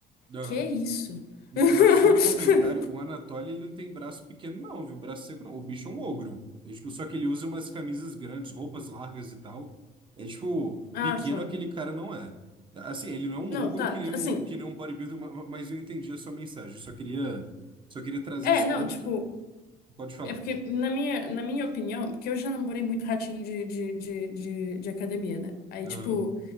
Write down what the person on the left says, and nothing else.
que isso?
<laughs>
Ah,
só.
Não,
tá,
assim.
É,
não,
tipo,
É porque, na minha, na minha opinião, porque eu já namorei muito ratinho de, de, de, de, de academia, né? Aí,
tipo,